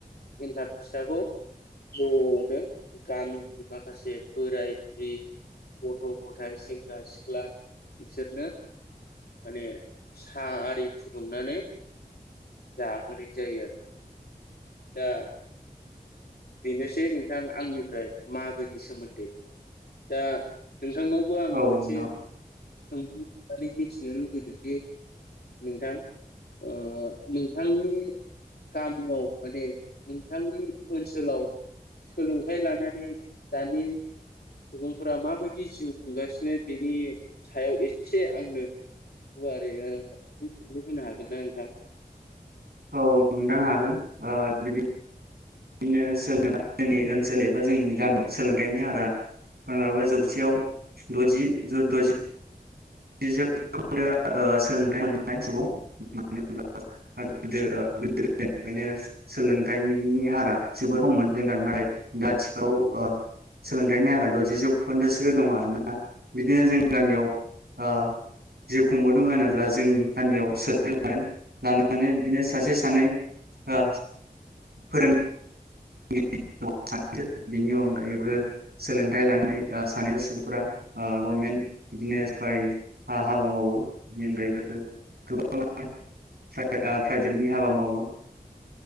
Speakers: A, on the left; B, on the right.
A: एन्थाब फिथाखौ जनो गामिनि माखा से बोराइ बुरि गथ' गथाइ सेंग्रा सिख्ला बिसोरनो माने सा आरि फुदुंनानै जाहोनाय जायो दा बेनोसै नोंथां आंनिफ्राय मागोनि सोमोन्दै दा नोंथांनावबो आं मोनसे
B: औ नोंथां
A: सोंलु सोंनानै मिथिनो लुुबैदोंदि नोंथां ओ नोंथांनि गामिआव माने नोंथांनि ओनसोलाव सोलोंथाइ लानानै दानि सुबुंफोरा माबायदि जिउ खुंगासिनो बेनि सायाव एसे आंनो गुवारै बुंफुरलु होनो हागोन ना नोंथां?
B: औ नोंथां हागोन ओ बिदि नो सोरनावबा जोंनि ओनसोल एबा जोंनि गामिआव सोलोंथायनि हारा मालाबा जौसेआव दजि दजि जौखोन्दोआ ओ सोलोंथाय मोननाय सुबुं मानो होनोब्ला गोदो ओ गोदो गोदायनिफ्रायनो सोलोंथायनि हारा जोबोद खममोन <inaudible> ओ सोलोंथाय हारा दजि जौखोन्दोसो दं आरोना बिदिनो जों गामिआव ओ जिव खुंबोदों होनोब्ला जोंनि गामियाव सोलोंथाय लादों लानानै बिदिनो सासे सानै आ फोरों <inaudible> दङ सानैसो बिनि अनगायैबो सोलोंथाइ लानाय ओ सानैसो सुबुंफोरा ओ गभमेन्ट बिदिनो <unintelligible> हाबा मावो <inaudible> गोबाङानो प्राइ ओ प्राइभेटनि हाबा मावो।